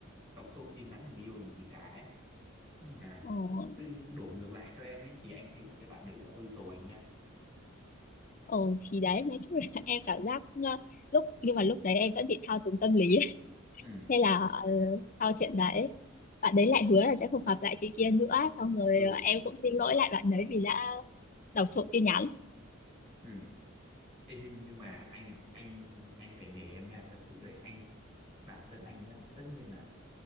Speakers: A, on the right (about 25°); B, on the left (about 40°).
A: đọc trộm tin nhắn của người yêu làm gì cả mà
B: Ồ,
A: tự nhiên đổ ngược lại cho em ấy thì anh thấy là cái bạn đấy là hơi tồi nha
B: ồ thì đấy nói chung là <laughs> em cảm giác ờ, lúc nhưng mà lúc đấy em vẫn bị thao túng tâm lý
A: ừ
B: Thế là ờ, sau chuyện đấy bạn đấy lại hứa là sẽ không gặp lại chị kia nữa xong rồi
A: ừ
B: ờ, em cũng xin lỗi lại bạn đấy vì đã đọc trộm tin nhắn
A: ừ Ê, nhưng nhưng mà anh anh anh phải nể em nha thật sự đấy anh bản thân anh á, tất nhiên là